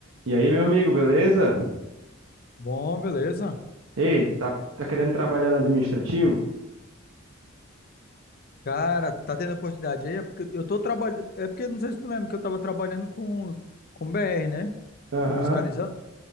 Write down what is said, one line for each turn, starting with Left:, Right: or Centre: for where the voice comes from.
Right: E aí, meu amigo, beleza?
Left: Bom, beleza.
Right: Ei, tá, tá querendo trabalhar no administrativo?
Left: Cara, tá tendo oportunidade aí? É porque eu tô trabalhando. É porque não sei se tu lembra que eu tava trabalhando com, com BR, né?
Right: Aham.
Left: Fiscalizando.